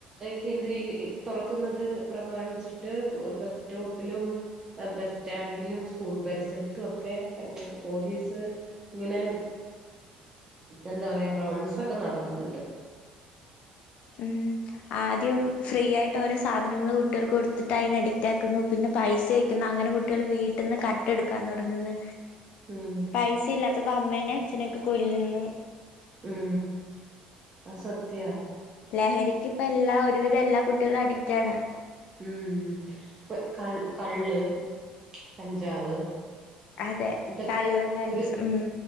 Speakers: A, on the right (about 25°); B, on the left (about 60°).
A: കേൻത്രീ തുറക്കുന്നത് പ്രമാണിച്ചിട്ട് ബസ് സ്റ്റോപ്പിലും ബസ് സ്റ്റാൻഡിലും സ്കൂൾ പരിസരത്തും ഒക്കെ പോലീസ് ഇങ്ങനെ എന്താ പറയാ റൗ ൺസ് ഒക്കെ നടത്തു ന്നുണ്ട്
B: ഉം ആദ്യം ഫ്രീ ആയിട്ട് ഓരോ സാധനങ്ങൾ കുട്ടികൾക്ക് കൊടുത്തിട്ട് അതിന് അഡിറ്റ് ആക്കുന്നു പിന്നെ പൈസക്ക്കയ്ക്കുന്നു അങ്ങനെ കുട്ടികൾ വീ വീട്ടിൽ നിന്ന് കട്ട് എടുക്കാൻ തുടങ്ങുന്നു
A: ഉം
B: പൈസ ഇല്ലാത്തപ്പൊ അമ്മേനെ അച്ഛനെയൊക്കെ കൊല്ലുന്നു
A: ഉം അസത്യാ
B: ലഹരിക്ക് ഇപ്പ എല്ലാ ഒരുവിധം എല്ലാ കുട്ടികളും അഡിക്റ്റാണ്.
A: ഉം ഇപ്പ ക കള്ള് കഞ്ചാവ്
B: അതെ
A: ഇതൊക്കെ
B: കള്ളും കഞ്ചും
A: ഒരു
B: ഉം